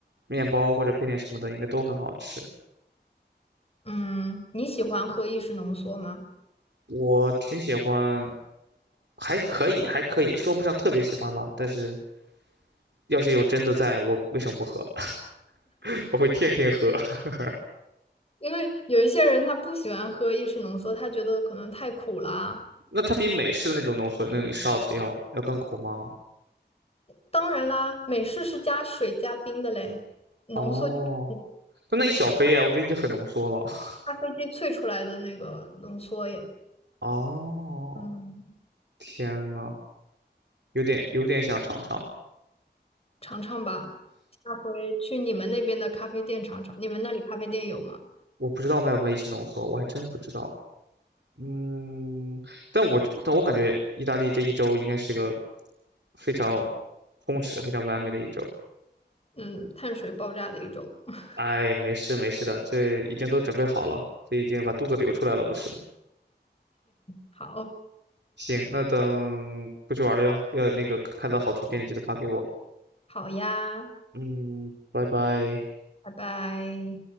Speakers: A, on the right (about 85°); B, on the left (about 35°).
A: 面包或者配点什么的，应该都很好吃。
B: 嗯，你喜欢喝意式浓缩吗？
A: 我挺喜欢，还可以，还可以，说不上特别喜欢吧。但是要是有真的在，我为什么不喝？<laughs> 我会天天喝。<laughs>
B: 因为有一些人他不喜欢喝意式浓缩，他觉得可能太苦啦。
A: 那它比美式的那种浓缩那种 shot 要要更苦吗？
B: 当然啦，美式是加水加冰的嘞，浓缩就是
A: 哦，那那一小杯啊，我觉得已经很浓缩了。<laughs>
B: 咖啡机萃出来的那个浓缩也，
A: 哦，
B: 嗯，
A: 天呐，有点有点想尝尝。
B: 尝尝吧。下回去你们那边的咖啡店尝尝，你们那里咖啡店有吗？
A: 我不知道卖不卖意式浓缩，我还真不知道。嗯，但我就但我感觉意大利这一周应该是个非常充实、非常完美的一周。
B: 嗯，碳水爆炸的一种，<laughs>
A: 哎，没事没事的，这已经都准备好了，这已经把肚子流出来了，不是吗？
B: 好，
A: 行，那等出去玩了要要那个拍到好图片，记得发给我。
B: 好呀，
A: 嗯，拜拜。
B: 拜拜。